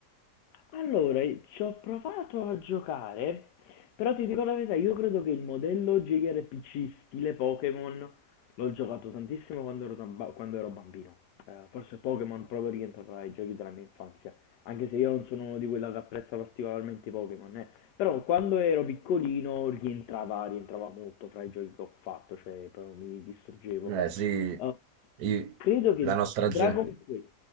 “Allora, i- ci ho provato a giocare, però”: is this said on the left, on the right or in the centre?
Left